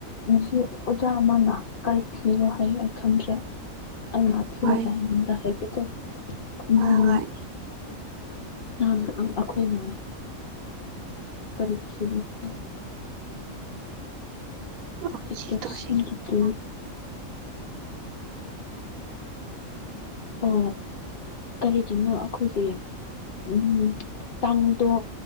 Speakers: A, on the left (about 50°); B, on the right (about 85°).
A: ꯉꯁꯤ ꯑꯣꯖꯥ ꯑꯃꯅ ꯀꯔꯤ ꯊꯤꯔꯣ ꯍꯥꯏꯑꯦ ꯑꯩ ꯈꯪꯗ꯭ꯔꯦ ꯑꯩ ꯃꯥ ꯊꯤꯔ
B: ꯍꯣꯏ
A: ꯀꯥꯟꯗ ꯍꯥꯏꯒꯦꯀꯣ ꯎꯝ
B: ꯍꯣꯏ ꯍꯣꯏ
A: ꯅꯥꯅ ꯑꯪ ꯑꯪꯩꯈꯣꯏꯅ ꯀꯔꯤ ꯊꯤꯕꯅꯣ ꯍꯪ
B: ꯑꯣꯛꯁꯤꯇꯣꯁꯤꯟꯒꯤꯅꯦꯔ
A: ꯁꯤꯇꯣꯞꯁꯤꯟꯗꯨꯗꯤ ꯑꯣ ꯀꯔꯤꯒꯤꯅꯣ ꯑꯩꯈꯣꯏꯒꯤ ꯎꯝ ꯇꯥꯡꯗꯣ